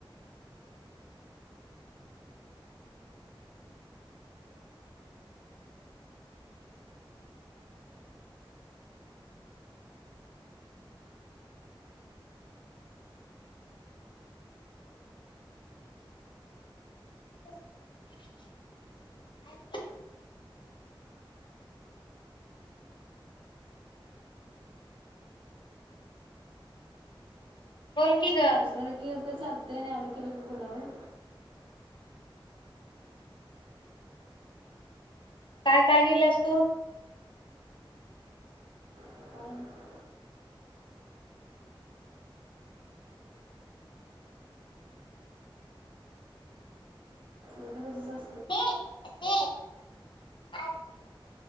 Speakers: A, on the left; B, on the right.
A: <unintelligible> बोल की ग
B: दुसऱ्याने के तर चालतंय आणि आम्ही केलं की गुन्हा व्हय?
A: काय काय केलीस तू?
B: काय नाही उग रेरीसज
A: ए आते आ